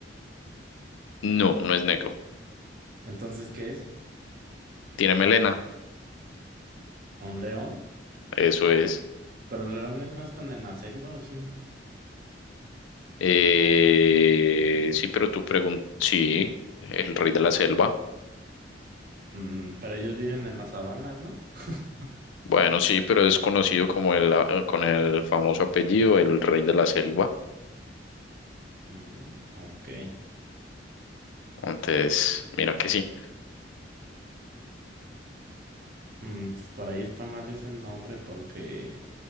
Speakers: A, on the left; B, on the right.
A: No, no es negro.
B: Entonces, ¿qué es?
A: Tiene melena,
B: ¿Un león?
A: eso es.
B: Pero los leones no están en la selva, ¿o sí?
A: Eh, sí, pero tú preguntas, sí, el rey de la selva.
B: Mm, pero ellos viven en las sabanas, ¿no? <laughs>
A: Bueno, sí, pero es conocido como el, ah, eh, con el famoso apellido, el rey de la selva.
B: Mm, ok.
A: Entonces, mira que sí.
B: Mm, pues por ahí está mal ese nombre porque,